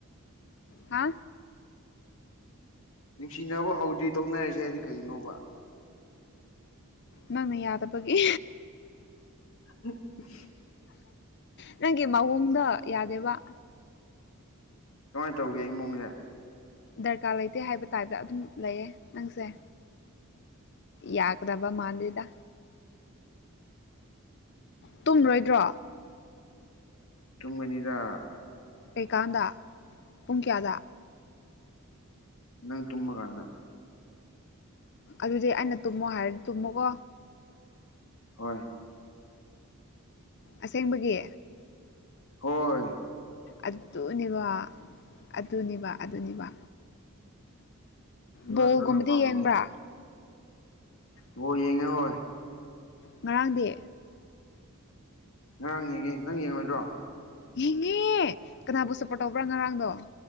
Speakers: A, on the left; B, on the left.
A: ꯍꯥ
B: ꯅꯨꯡꯁꯤꯅꯕ ꯍꯧꯗ꯭ꯔꯤ ꯇꯧꯅꯔꯁꯦ ꯍꯥꯏꯗꯤ ꯀꯩꯅꯣꯕ
A: ꯅꯪꯅ ꯌꯥꯗꯕꯒꯤ
B: <unintelligible>
A: ꯅꯪꯒꯤ ꯃꯑꯣꯡꯗ ꯌꯥꯗꯦꯕ
B: ꯀꯃꯥꯏꯅ ꯇꯧꯒꯦ ꯑꯩ ꯃꯑꯣꯨꯡꯁꯦ
A: ꯗꯔꯀꯥꯔ ꯂꯩꯇꯦ ꯍꯥꯏꯕ ꯇꯥꯏꯞꯇ ꯑꯗꯨꯝ ꯂꯩꯌꯦ ꯅꯪꯁꯦ ꯌꯥꯀꯗꯕ ꯃꯥꯥꯟꯗ ꯇꯨꯝꯔꯣꯏꯗ꯭ꯔꯣ
B: ꯇꯨꯡꯕꯅꯤꯗ
A: ꯀꯩꯀꯥꯟꯗ ꯄꯨꯡ ꯀꯌꯥꯗ
B: ꯅꯪ ꯇꯨꯝꯕ ꯀꯥꯟꯗ
A: ꯑꯗꯨꯗꯤ ꯑꯩꯅ ꯇꯨꯝꯃꯣ ꯍꯥꯏꯔꯗꯤ ꯇꯨꯝꯃꯣꯀꯣ
B: ꯍꯣꯏ
A: ꯑꯁꯦꯡꯕꯒꯤ
B: ꯍꯣꯏ
A: ꯑꯗꯨꯅꯦꯕ ꯑꯗꯨꯅꯦꯕ ꯑꯗꯨꯅꯦꯕ
B: ꯑꯗꯨ
A: ꯕꯣꯒꯨꯝꯕꯗꯤ
B: ꯅꯠꯇ꯭ꯔꯣ ꯅꯪ ꯄꯥꯝꯃꯤꯁꯦ
A: ꯌꯦꯡꯕ꯭ꯔꯥ
B: ꯑꯣ ꯌꯦꯡꯉꯦ ꯍꯣꯏ
A: ꯉꯔꯥꯡꯗꯤ
B: ꯉꯔꯥꯡ ꯌꯦꯡꯉꯦ ꯅꯪ ꯌꯦꯡꯂꯡꯉꯣꯏꯗ꯭ꯔꯣ
A: ꯌꯦꯡꯉꯦ ꯀꯅꯥꯕꯨ ꯁꯞꯄꯣꯔꯠ ꯇꯧꯕ꯭ꯔꯥ ꯉꯔꯥꯡꯗꯣ